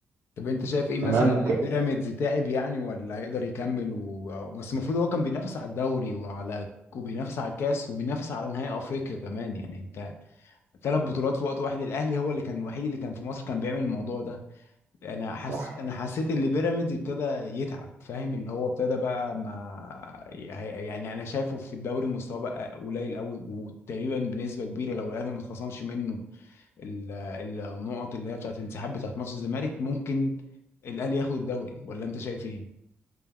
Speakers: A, on the left (about 70°); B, on the right (about 65°).
A: طب انت شايف ايه مثلا
B: تمام وكده
A: بيراميدز تعب يعني ولا هيقدر يكمل و... بس المفروض هو كان بينافس على الدوري وعلى وبينافس على الكاس وبينافس على نهائي افريقيا كمان يعني انت ثلاث بطولات في وقت واحد الاهلي هو اللي كان الوحيد اللي كان في مصر كان بيعمل الموضوع ده انا حس
B: صح
A: انا حسيت ان بيراميدز ابتدى يتعب فاهم اللي هو ابتدى بقى ما يعني انا شايفه في الدوري مستواه بقى قليل قوي وتقريبا بنسبه كبيره لو الاهلي ما اتخصمش منه ال- النقط اللي هي بتاعت انسحاب بتاعت ماتش الزمالك ممكن الاهلي ياخد الدوري ولا انت شايف ايه؟